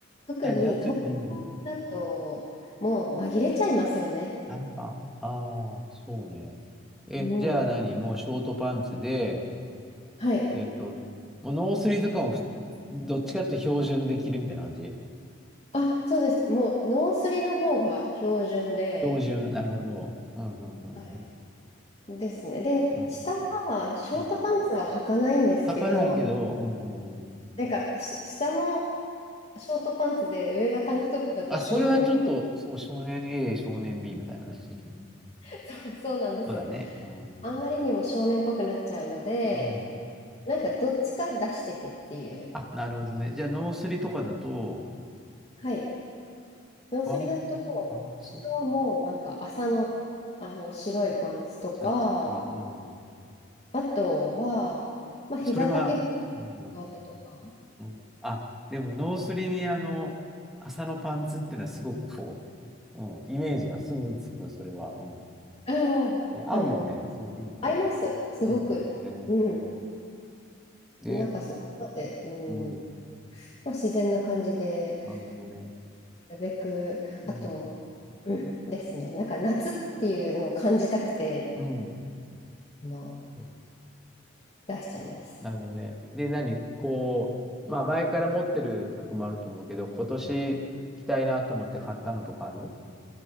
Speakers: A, on the left; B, in the centre.
A: 特に東京
B: 何だって、うん、
A: だと、もう紛れちゃいますよね。
B: 短パン。ああ、そうね。え、
A: うん。
B: じゃあ何もうショートパンツで、
A: はい。
B: えっと、もうノースリーとかもふ、どっちかっていうと標準で着るみたいな感じ
A: あ、そうです。もう、ノースリの方が標準で、
B: 標準、なるほど。うん、うん、うん、
A: はい。
B: うん。
A: ですね。で、
B: うん
A: 下は、ショートパンツは履かないんですけど、
B: うん履かないけど、うんうんうん。
A: なんか、し下もショートパンツで、上がタンクトップだと少年、
B: あ、それはちょっと、そう、少年 A、少年 B みたいなね。うん。
A: <laughs> そうそうなんですよ。
B: そうだね。うん。
A: あんまりにも少年っぽくなっちゃうので、
B: うん。
A: なんか、どっちか出しててっていう。
B: あ、なるほどね。じゃあ、ノースリとかだと、
A: はい。ノースリだと、
B: パン、パンツ
A: 下はもうなんか朝の、あの白いパンツとか、
B: つか、うん。
A: あとは、まあ膝丈のス
B: それは、うん、
A: カートとか、
B: うん。あ、でも、ノースリに、あの、麻のパンツっていうのは、すごくこう、うん、イメージがすぐつく、それは。うん。
A: うん、
B: で合うよね。
A: あの、
B: すごくいいよね。
A: 合います。すごく。
B: うん。ね。
A: うん。
B: で、
A: なんかそこまで、うん。
B: うん。
A: まあ自然な感じで、
B: なるほどね。
A: なるべく、
B: うん。
A: あと、うん、ですね。なんか夏っていうのを感じたくて、
B: うん。
A: あの、
B: うん
A: 出しちゃいます。
B: なるほどね。で、何こう、まあ前から持ってる服もあると思うけど、今年着たいなと思って買ったのとかある